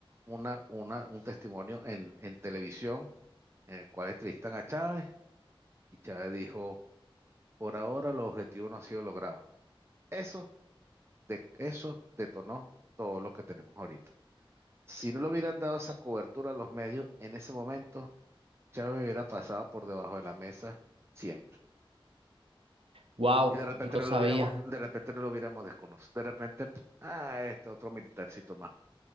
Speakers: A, on the right (about 25°); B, on the right (about 80°).
A: una, una- un testimonio en, en televisión en el cual entrevistan a Chávez y Chávez dijo, por ahora el objetivo no ha sido logrado. Eso, de, eso detonó todo lo que tenemos ahorita. Si no le hubieran dado esa cobertura a los medios, en ese momento Chávez hubiera pasado por debajo de la mesa siempre.
B: Wow,
A: Y de repente
B: no
A: no
B: sabía.
A: lo hubiéramos, de repente no lo hubiéramos desconocido. De repente, p- ah, este otro militarcito más.